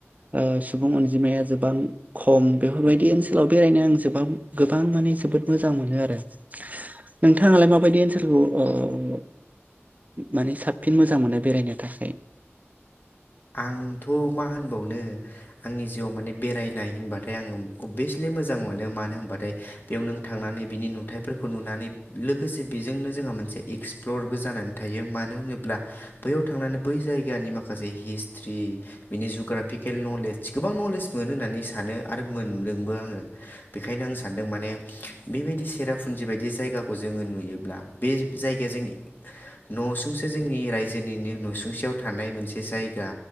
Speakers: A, on the right; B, on the left.
A: ओ सुबुं अनजिमाया जोबां खम बेफोरबायदि बे ओनसोलाव बेरायनो आं गोबां माने जोबोद मोजां मोनो आरो नोंथाङालाय माबायदि ओनसोलखौ ओ माने साबसिन मोजां मोनो बेरायनो थाखाय।
B: आंथ' मा होनबावनो आंनि जिउआव माने बेरायनाय होनबाथाय आंङो अभियासलि मोजां मोनो मानो होनबाथाय बेयाव नों थांनानै बिनि नुथाइफोरखौ नुनानै लोगोसे बेजोंनो जोंहा मोनसे एक्सप्लरबो जानानै थायो मानो होनोब्ला बैयाव थांनानै बै जायगानि माखासे हिस्ट्रि बिनि जुग्राफिकेल नलेदज गोबां नलेज मोनो होननानै सानो आरो मोनदोंबो आङो। बेखायनो आं सानदों माने बेबायदि सेरापुन्जि बायदि जायगाखौ जोङो नुयोब्ला बे जायगाया जों न'सुंसे जोंनि रायजोनिनो न'सुंसेयाव थानाय मोनसे जाय गा